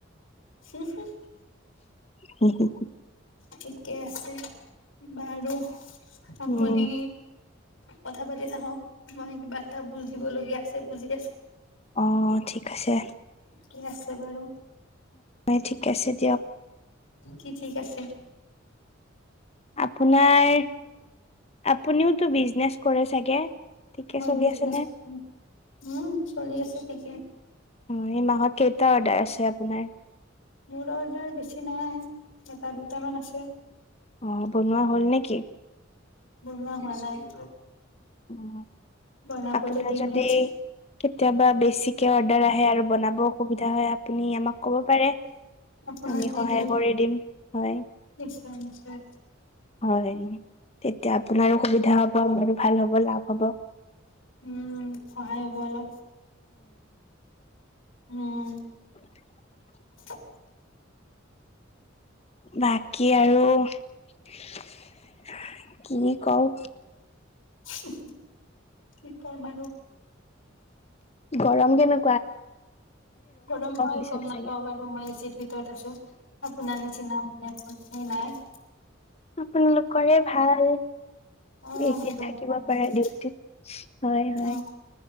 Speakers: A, on the left; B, on the left.
A: হো হোওঁ
B: হোঁ হোঁ
A: ঠিকে আছে। বাৰু আপুনি
B: উম
A: কথা পাতি থাক মই কিবা এটা বুজি লগীয়া আছে বুজি আছো
B: অ ঠিক আছে।
A: কি আছে বাৰু
B: হয় ঠিক আছে দিয়ক
A: কি ঠিক আছে।
B: আপোনাৰ আপুনিওতটো বিজনেচ কৰে চাগে। ঠিকে
A: মই
B: চলি
A: বিজনেছ
B: আছে নে?
A: কৰো উম চলি আছে ঠিকে।
B: অ এই মাহত। কেইটা অৰ্ডাৰ আছে আপোনাৰ?
A: মোৰ অৰ্ডাৰ বেছি নাই। এটা দুটামান আছে।
B: অ' বনোৱা হ'ল নেকি?
A: বনুৱা হোৱা নাই
B: অ'
A: বনাবলৈ
B: আপোনাৰ
A: দিমহে
B: যদি কেতিয়াবা বেছিকে অৰ্ডাৰ আহে আৰু বনাব অসুবিধা হয় আপুনি আমাক ক'ব পাৰে।
A: আপোনাক
B: আমি
A: দি
B: সহায়
A: দিম
B: কৰি হয়,
A: নিশ্চয় নিশ্চয়
B: হয়, তেতিয়া আপোনাৰো সুবিধা হক আমাৰ ভাল হব নাই কব
A: উম সহায় হল অ উম
B: তত
A: তক
B: বাকী আৰু হে কি কওঁ
A: উহ উহ‌ কি কৰো বাৰু
B: গৰম কিন্তু
A: গৰম মই
B: দিছে
A: গম নাপাওঁ
B: চাগে।
A: বাৰু মই এচীৰ ভিতৰত আছো আপোনাৰ নিচিনা মেম চেনাই
B: আপোনাৰলোকৰে ভাল
A: অ
B: বেছিত
A: আমি ধনী
B: থাকিব
A: মানুহ
B: পাৰে ডিউটিত হয় হয়
A: উম